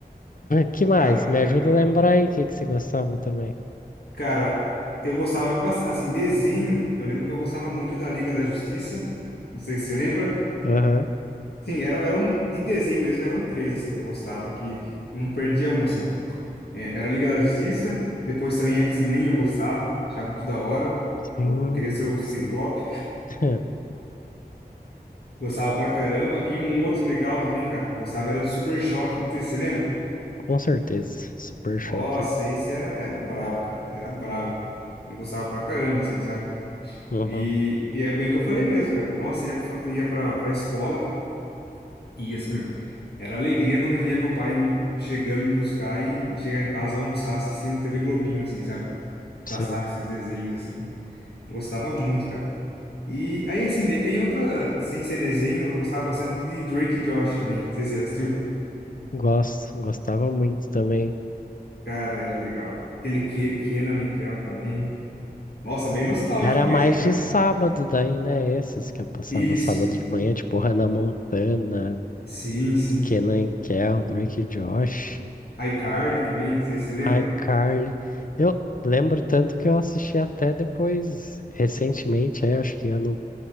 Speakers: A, on the left; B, on the left.
A: Que mais?
B: Cara,
A: Me
B: que legal.
A: ajuda a lembrar aí o que que você gostava também.
B: Cara, eu gostava de bastante. Assim, desenho. Eu lembro que eu gostava muito da Liga da Justiça. Não sei se você lembra.
A: Aham.
B: Sim, era, era um, de desenho mesmo, eram três assim que eu gostava, que não perdia um assim. É, era Liga da Justiça, depois também X-Men eu gostava, achava muito da hora.
A: Sim,
B: Eu queria ser o Ciclope,
A: sim. <laughs>
B: <laughs> gostava pra caramba. E um outro legal também, cara, que eu gostava era do Super Choque. Não sei se você lembra?
A: Com certeza. Super
B: Nossa,
A: choque.
B: esse era, era brabo, cara. Era brabo. Eu gostava pra caramba, assim, sabe?
A: Uhum,
B: E, e é bem o que eu falei mesmo, cara. Nossa, ia, pra- ia pra, pra escola e, assim, era alegria quando eu via meu pai chegando me buscar e, e chegar em casa almoçar assistindo TV Globinho, assim, sabe? Passava
A: sim.
B: esses desenhos, assim. Gostava muito, cara. E aí, assim, daí tem outra, sem ser desenho, eu gostava bastante de Drake e Josh também. Não sei se você já assistiu.
A: Gosto, gostava muito também.
B: Cara, era legal. Aquele Ke- Kenan Michael também. Nossa, bem nostálgico
A: Era
B: mesmo,
A: mais
B: hein, cara.
A: de sábado daí, né? Esses que eu passava
B: Isso.
A: sábado de manhã, tipo Hannah Montana,
B: Sim, sim.
A: Kenan e Kel, Drake e Josh.
B: iCarly também, não sei se você lembra.
A: iCarly. Eu lembro tanto que eu assisti até depois, recentemente, é, acho que ano